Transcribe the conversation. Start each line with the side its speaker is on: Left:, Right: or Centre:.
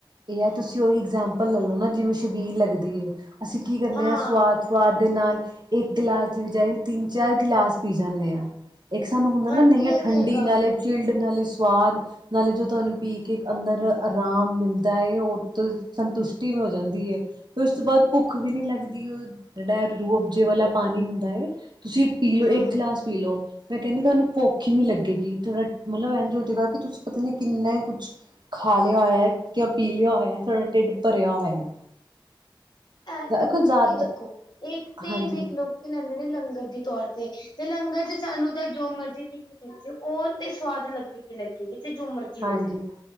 Right: ਏ ਐ ਤੁਸੀਂ ਓਹੀ ਇਗਜਾਮਪਲ ਲੱਲੋ ਨਾਂ ਜਿਵੇਂ ਸ਼ਬੀਲ ਲੱਗਦੀ ਐ, ਅਸੀਂ ਕੀ ਕਰਨੇ
Left: ਹਾਂ
Right: ਆਂ ਸਵਾਦ ਸਵਾਦ ਦੇ ਨਾਲ, ਇੱਕ ਗਿਲਾਸ ਦੇ ਵਿਜਾਏ ਤਿੰਨ-ਚਾਰ ਗਿਲਾਸ ਪੀ ਜਾਂਣੇ ਆਂ। ਇੱਕ ਸਾਨੂੰ ਹੁੰਦਾ
Left: ਹਾਂਜੀ
Right: ਨਾਂ ਨਈਂ ਐ
Left: ਇਹ
Right: ਠੰਡੀ
Left: ਤੇ ਹੈਗਾ
Right: ਨਾਲੇ ਚਿਲਡ ਨਾਲੇ ਸਵਾਦ, ਨਾਲੇ ਜੋ ਤੁਆਨੂੰ ਪੀ ਕੇ ਅੰਦਰ ਆਰਾਮ ਮਿਲਦਾ ਏ, ਓ <unintelligible> ਸੰਤੁਸ਼ਟੀ ਹੋ ਜਾਂਦੀ ਐ। ਫਿਰ ਉਸ ਤੋਂ ਬਾਅਦ ਭੁੱਖ ਵੀ ਨ੍ਹੀਂ ਲੱਗਦੀ। ਓ ਜੇੜਾ ਰੂ ਅਬਜੇ ਵਾਲਾ ਪਾਣੀ ਹੁੰਦਾ ਐ ਤੁਸੀਂ ਪੀਲੋ,
Left: ਹਾਂ
Right: ਇੱਕ ਗਲਾਸ ਪੀ ਲੋ ਮੈਂ ਕੈਣੀ ਤਾਨੂੰ ਭੁੱਖ ਈ ਨੀਂ ਲੱਗੇਗੀ, ਥੋੜਾ ਮਤਲਬ ਏਂਜ ਹੋ ਜਏਗਾ ਕਿ ਤੁਸੀਂ ਪਤਾ ਨੀਂ ਕਿੰਨਾ ਈ ਕੁਛ ਖਾ ਲਿਆ ਹੋਇਆ ਜਾਂ ਪੀ ਲਿਆ ਹੋਇਆ। ਥੋੜ੍ਹਾ ਢਿੱਡ ਭਰਿਆ ਹੋਇਆ।
Left: ਐ ਤੇ ਦ
Right: ਕੁਝ
Left: ਦਕੀ
Right: ਜ਼ਿਆਦਾ
Left: ਦੇਖੋ ਇੱਕ ਤੇ
Right: ਹਾਂਜੀ
Left: ਲਈਕ ਲੋਕੀ ਲੈਂਦੇ ਨੇ ਲੰਗਰ ਦੇ ਤੌਰ ਤੇ ਤੇ ਲੰਗਰ ਚ ਸਾਨੂੰ ਤਾਂ ਜੋ ਮਰਜ਼ੀ ਚੀਜ਼ ਮਿਲਜੇ ਓ ਤੇ ਸਵਾਦ ਲੱਗੇਗੀ, ਲੱਗੇਗੀ ਤੇ ਜੋ ਮਰਜ਼ ਜੀ
Right: ਹਾਂਜੀ
Left: ਹੋ ਜੇ
Right: ਹਾਂਜੀ